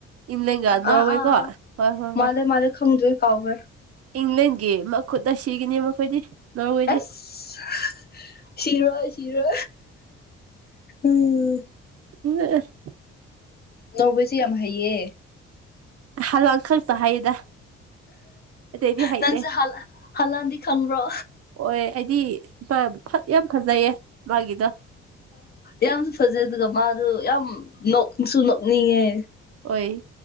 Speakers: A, on the right (about 45°); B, on the left (about 25°).
A: ꯏꯪꯂꯦꯟꯒ ꯅꯣꯔꯋꯦꯀꯣ
B: ꯑꯥ ꯑꯥ ꯑꯥ
A: ꯍꯣꯏ ꯍꯣꯏ
B: ꯃꯥꯂꯦ
A: ꯍꯣꯏ
B: ꯃꯥꯂꯦ ꯈꯪꯗ꯭ꯔꯦ ꯀꯥꯎꯈꯔ꯭ꯦ
A: ꯏꯪꯂꯦꯟꯒꯤ ꯃꯈꯨꯠꯇ ꯁꯤꯒꯅꯤ ꯃꯈꯣꯏꯗꯤ ꯅꯣꯔꯋꯦꯗꯤ
B: ꯑꯁ ꯁꯤꯔꯣꯏ ꯁꯤꯔꯣꯏ ꯎꯝ
A: ꯎ <unintelligible>
B: ꯅꯧꯕꯁꯦ ꯌꯥꯝ ꯍꯩꯌꯦ
A: ꯍꯜꯂꯥꯜ ꯈꯛꯠ ꯍꯥꯏꯌꯦꯗ ꯑꯇꯩꯗꯤ ꯍꯩꯇꯦ
B: ꯅꯪꯁꯦ ꯍꯥꯜꯂ ꯍꯥꯜꯂꯥꯟꯗꯤ ꯈꯪꯕ꯭ꯔꯣ
A: ꯑꯣꯏ ꯑꯩꯗꯤ ꯃꯥ ꯌꯥꯝ ꯐꯖꯩꯌꯦ ꯃꯥꯒꯤꯗ
B: ꯌꯥꯝꯁꯨ ꯐꯖꯩ ꯑꯗꯨꯒ ꯃꯥꯗꯣ ꯌꯥꯝ ꯅꯣꯛꯁꯨ ꯅꯣꯛꯅꯤꯡꯉꯦ
A: ꯍꯣꯏ